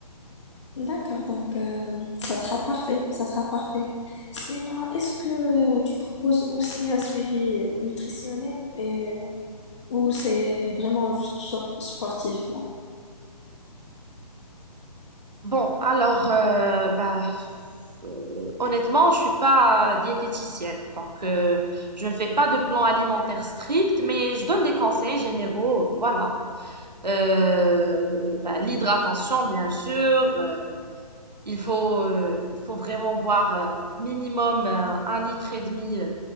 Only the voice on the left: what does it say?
D'accord, donc euh, ça sera parfait, ça sera parfait. Sinon, est-ce que euh, tu proposes aussi un suivi nutritionnel et ou c'est vraiment juste so- sportif, là?